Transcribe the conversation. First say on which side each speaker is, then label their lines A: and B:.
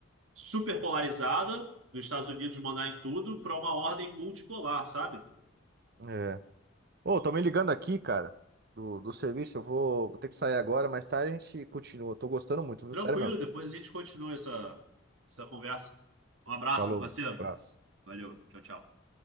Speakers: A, on the right; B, on the right.
A: super polarizada dos Estados Unidos mandar em tudo para uma ordem multipolar, sabe?
B: É. Ô, tô me ligando aqui, cara, do, do serviço. Eu vou, vou ter que sair agora, mais tarde a gente continua. Tô gostando muito, viu?
A: Tranquilo,
B: Sério mesmo.
A: depois a gente continua essa, essa conversa. Um abraço,
B: Falou,
A: meu parceiro.
B: abraço.
A: Valeu, tchau, tchau.